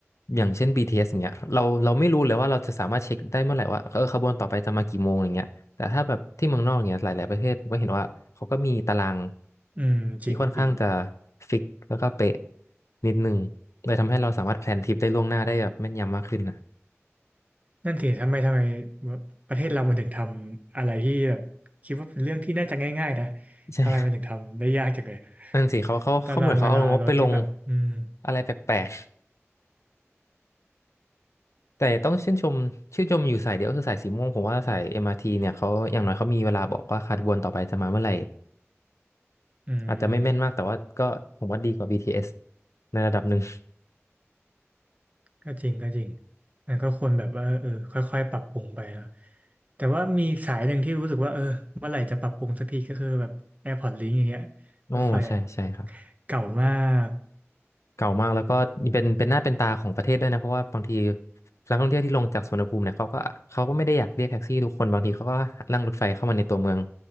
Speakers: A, on the left; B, on the right.
A: อย่างเช่น BTS อสอย่างเงี้ยเราเราไม่รู้เลยว่าเราจะสามารถเช็คได้เมื่อไหร่ว่าเออขบวนต่อไปจะมากี่โมงอะไรเงี้ยแต่ถ้าแบบที่เมืองนอกอย่างเงี้ยหลายๆประเทศผมก็เห็นว่าเขาก็มีตาราง
B: อืมจริงจริง
A: ที่ค่อนข้างจะฟิกแล้วก็เป๊ะนิดนึงเลยทำให้เราสามารถแพลนทริปได้ล่วงหน้าได้แบบแม่นยำมากขึ้นนะ
B: นั่นสิทำไมทำไมประเทศเรามันถึงทำอะไรที่แบบคิดว่าเป็นเรื่องที่น่าจะง่ายๆนะ
A: ใช่
B: ทำไมมันถึงทำได้ยากจังเลย
A: นั่นสิเขาเขาเขาเหมือนเขาเอางบไปลง
B: ตารางเวลารถที่แบบอืม
A: อะไรแปลกๆแต่ต้องชื่นชมชื่นชมอยู่สายเดียวคือสายสีม่วงผมว่าสาย MRT เนี่ยเขาอย่างน้อยเขามีเวลาบอกว่าขบวนต่อไปจะมาเมื่อไหร่
B: อืม
A: อาจจะไม่แม่นมากแต่ว่าก็ผมว่าดีกว่า BTS ในระดับหนึ่ง
B: ก็จริงก็จริงมันก็ควรแบบว่าเออค่อยๆปรับปรุงไปนะแต่ว่ามีสายหนึ่งที่รู้สึกว่าเออเมื่อไหร่จะปรับปรุงสักทีก็คือแบบ AirPods Link อย่างเงี้ย
A: โอ้ใช่ใช่ครับ
B: รถไฟแบบเก่ามาก
A: เก่ามากแล้วก็เป็นเป็นหน้าเป็นตาของประเทศด้วยนะเพราะว่าบางทีนักท่องเที่ยวที่ลงจากสุวรรณภูมิเนี่ยเขาก็เขาก็ไม่ได้อยากเรียกแท็กซี่ทุกคนบางทีเขาก็นั่งรถไฟเข้ามาในตัวเมือง